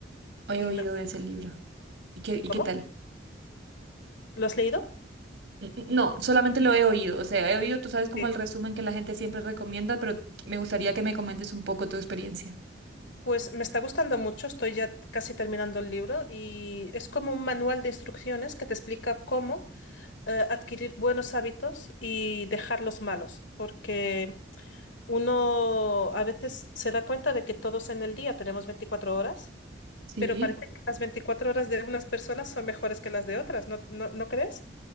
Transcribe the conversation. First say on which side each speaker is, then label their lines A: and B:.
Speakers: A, on the right (about 80°); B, on the left (about 75°).
A: He
B: y
A: oído
B: me...
A: de ese libro. ¿Y qué, y
B: ¿Cómo?
A: qué tal?
B: ¿Lo has leído?
A: N- n- No, solamente lo he oído. O sea, he oído, tú sabes, como
B: Sí.
A: el resumen que la gente siempre recomienda, pero me gustaría que me comentes un poco tu experiencia.
B: Pues me está gustando mucho, estoy ya casi terminando el libro y es como un manual de instrucciones que te explica cómo eh, adquirir buenos hábitos y dejar los malos, porque Uno a veces se da cuenta de que todos en el día tenemos 24 horas,
A: Sí,
B: pero parece que las 24 horas de unas personas son mejores que las de otras, ¿no, no, no crees?